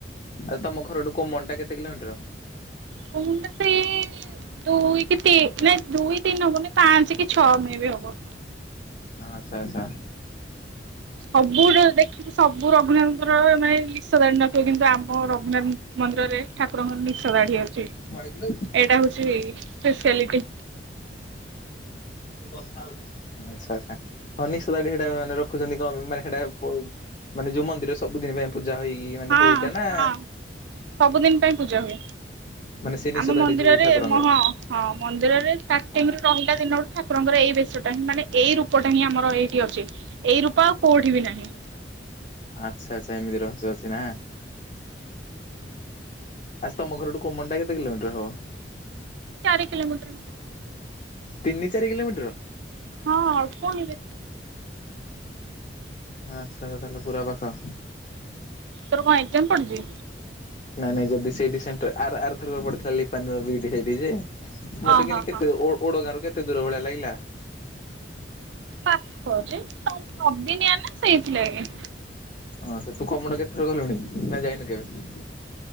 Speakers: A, on the left; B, on the right.
A: ଆ ତମ ଘରଠୁ କୋମଣ୍ଟା କେତେ କିଲୋମିଟର?
B: କୋମଣ୍ଟା ସେଇ ଦୁଇ କି ତି ନାଇଁ ଦୁଇ ତିନି ହବନି। ପାଞ୍ଚ କି ଛଅ ମେ ବି ହବ।
A: ଆଚ୍ଛା ଆଚ୍ଛା।
B: ସବୁ ଦେଖିବୁ ସବୁ ରଘୁନାଥଙ୍କର ମାନେ ନିଶ ଦାଢି ନଥିବ। କିନ୍ତୁ ଆମ ରଘୁନାଥ ମନ୍ଦିରରେ ଠାକୁରଙ୍କର ନିଶ ଦାଢି ଅଛି।
A: <unintelligible>
B: ଏଇଟା ହଉଛି ସ୍ପେଶିଆଲିଟି।
A: ସେ କଥା ହଉଛି। ଆଚ୍ଛା ଆଚ୍ଛା। ହଁ ନିଶ ଦାଢ଼ି ସେଟା ମାନେ ରଖୁଛନ୍ତି। କଣ ମାନେ ସେଟା ମାନେ ପ ଯୋଉ ମନ୍ଦିର ସ ସବୁଦିନ ପାଇଁ ପୂଜା ହଇ ମାନେ
B: ହଁ
A: ସେଇଟା ନା
B: ହଁ ସବୁଦିନ ପାଇଁ ପୂଜା ହୁଏ
A: ମାନେ ସେ ନିଶ
B: ଆମ
A: ଦାଢ଼ି
B: ମନ୍ଦିରରେ
A: ଯୋଉ ଠାକୁରଙ୍କର।
B: ହଁ ହଁ ମନ୍ଦିରରେ ଷ୍ଟାର୍ଟିଂରୁ ରହିଲା ଦିନରୁୁ ଠାକୁରଙ୍କର ଏଇ ବେଶଟା ହିଁ ମାନେ ଏଇ ରୂପଟା ହିଁ ଆମର ଏଇଠି ଅଛି। ଏଇ ରୂପ ଆଉ କୋଉଠି ବି ନାହିଁ।
A: ଆଚ୍ଛା ଆଚ୍ଛା ଏମିତି ରହସ୍ୟ ଅଛି ନା। ଆଚ୍ଛା ତମ ଘର ଠୁ କୋମଣ୍ଡା କେତେ କିଲୋମିଟର ହବ?
B: ଚାରି କିିଲୋମିଟର ହବ।
A: ତିନି ଚାରି କିଲୋମିଟର?
B: ହଁ ଅଳ୍ପ ହିଁ ବେ
A: ହଁ ଆଚ୍ଛା ଆଛା ତାହେଲେ ପୁରା ପାଖ।
B: ତୋର କଣ ଏକ୍ସାମ୍ ପଡ଼ିଛି?
A: ନାଇଁ ନାଇଁ ଯଦି ସେଇଠି ସେଣ୍ଟର ଆ ଆର ଥରକ ପଡିଥିଲା ଲିପାନ୍ ର ସେଇଠି ଯେ ମତେ
B: ଓହୋ
A: କିିନ୍ତି କେତେ
B: ହୋ
A: ଓ ଓଡ଼ଗାଁରୁ କେତେ ଦୂର ଭଳିଆ ଲାଗିଲା।
B: ପାଖ ଯେ ତମେ ଅଦିନିଆ ନା ସେଇଥିଲାଗି।
A: ହଁ ସେ ତୁ କମଣ୍ଡ କେତେଥର ଗଲୁଣି ନା ଯାଇନୁ କେବେ?